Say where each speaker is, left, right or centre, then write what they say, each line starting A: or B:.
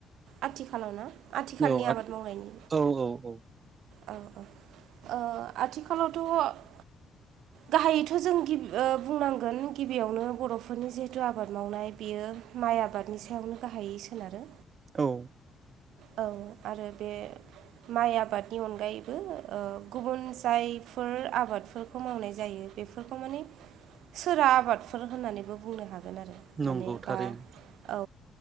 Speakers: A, on the right (about 85°); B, on the right (about 45°).
A: आथिखालाव ना? आथिखालनि
B: औ आथ
A: आबाद मावनायनि
B: औ औ औ
A: औ औ ओ आथिखालावथ' गाहायैथ' जों गिब बुंनांगोन गिबियावनो बर'फोरनि जिहेथु आबाद मावनाय बेयो यो माइ आबादनि सायावनो गाहायै सोनारो।
B: औ
A: औ आरो बे माइ आबादनि अनगायैबो ओ गुबुन जायफोर आबादफोरखौ मावनाय जायो बेफोरखौ माने सोरा आबादफोर होननानैबो बुंनो हा गोन आरो
B: नंगौ
A: माने
B: थारैनो
A: बा औ